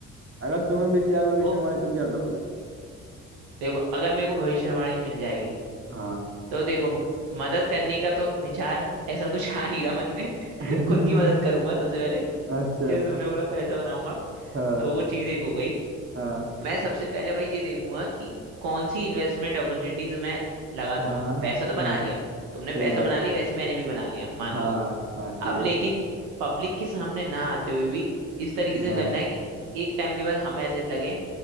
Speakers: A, on the right; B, on the right.
A: अगर तुम्हें मिल जाए भविष्यवाणी
B: वो
A: तुम क्या करोगे
B: देखो अगर मेरे को भविष्यवाणी मिल जाएगी
A: हाँ
B: तो देखो मदद करने का तो विचार ऐसा कुछ आ नहीं रहा मन में
A: <laughs>
B: <laughs> खुद की मदद करूंगा सबसे पहले
A: अच्छा
B: जैसे तुमने बोला पैसा बनाऊंगा
A: हाँ
B: तो वो चीज एक हो गई
A: हाँ
B: मैं सबसे पहले भाई ये देखूंगा कि कौन सी इन्वेस्टमेंट अपॉर्चुनिटीज मैं लगा सकता
A: हाँ
B: हूँ पैसा तो
A: हाँ
B: बना लिया तुमने
A: सही
B: पैसा
A: बात
B: बना
A: है
B: लिया वैसे ही मैंने भी बना लिया मान
A: हाँ
B: लो
A: हाँ हाँ ठीक
B: अब
A: है
B: लेकिन पब्लिक के सामने ना आते हुए भी इस तरीके से
A: हाँ
B: करना है कि एक टाइम के बाद हम ऐसे लगे